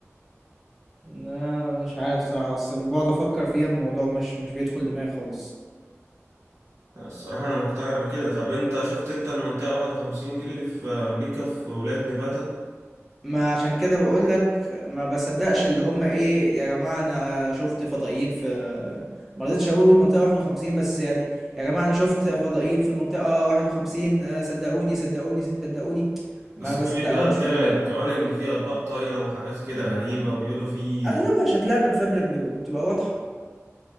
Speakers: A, in the centre; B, on the right.
A: لا مش عارف صراحة بس لما بقعد افكر فيها الموضوع مش مش بيدخل دماغي خالص
B: انا الصراحة انا مقتنع بكده طب انت شفت انت المنطقة 51 دي اللي في امريكا في ولاية نيفادا
A: ما عشان كده بقول لك ما بصدقش اللي هم ايه يا جماعة انا شفت فضائيين في ما رضيتش اقول منطقة 51 بس يعني يا جماعة انا شفت فضائيين في منطقة 51 آه، صدقوني صدقوني صدقوني ما
B: اصل
A: بصدقهمش
B: في فيديوهات طلعت
A: دول ما
B: كمان ان في اطباق طايرة وحاجات كده غريبة وبيقولوا في
A: اغلبها شكلها متفبرك بيبقى- بتبقى واضحة